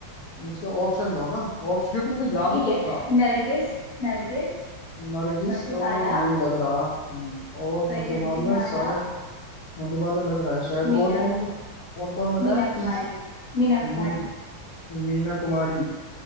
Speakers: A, on the left (about 85°); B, on the left (about 20°).
A: मुझको ऑप्शन दो ना ऑप्शन क्योंकि मुझे याद
B: ठीक
A: तो
B: है
A: था
B: नरगिस नरगिस
A: नरगिस
B: मधुबाला
A: तो नहीं लग रहा हम्म, और
B: वैजंती
A: मधुबाला
B: माला
A: शायद मधुबाला लग रहा है शायद
B: मीना
A: और कौन को और कौन बताया
B: मीना कुमारी
A: तीस
B: मीना
A: मी
B: कुमारी
A: मीना कुमारी